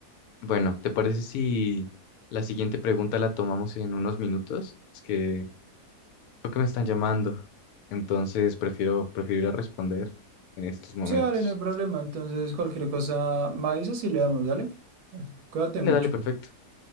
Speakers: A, on the left (about 75°); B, on the right (about 85°).
A: bueno, ¿te parece si la siguiente pregunta la tomamos en unos minutos? Es que creo que me están llamando, entonces prefiero, prefiero ir a responder en estos momentos.
B: Sí, dale, no hay problema. Entonces, cualquier cosa, me avisas y le damos, dale. Pues, Cuídate
A: Dale,
B: mucho.
A: dale, perfecto.